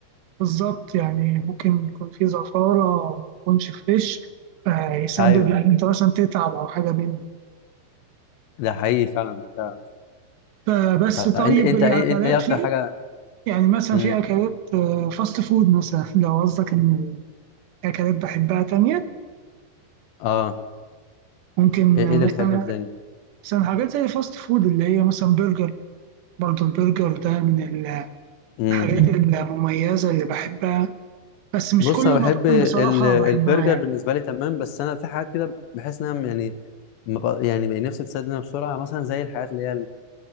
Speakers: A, on the right; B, on the left.
A: بالظبط يعني ممكن يكون في زفارة أو ما يكونش فريش فيسبب
B: ايوه
A: إن أنت مثلا تتعب أو حاجة منه
B: ده حقيقي فعلا فعلا
A: فبس
B: فانت
A: طيب
B: انت
A: الأكلات
B: ايه انت ايه اكتر
A: في
B: حاجه
A: يعني مثلا
B: امم
A: في أكلات آه، فاست فود مثلا <laughs> لو قصدك إن أكلات بحبها تانية
B: اه
A: ممكن
B: ايه إيه
A: آه،
B: اللي
A: مثلا
B: بتحبه أنت تاني
A: مثلا حاجات زي فاست فود اللي هي مثلا برجر برضه البرجر ده من
B: امم
A: الحاجات المميزة اللي بحبها بس مش
B: بص
A: كل
B: انا
A: المطاعم
B: بحب ال...
A: بصراحة
B: البرجر
A: بحبها يعني
B: بالنسبه لي تمام بس انا في حاجات كده بحس انها يعني ما بق- يعني بقى نفسي تسد منها بسرعه مثلا زي الحاجات اللي هي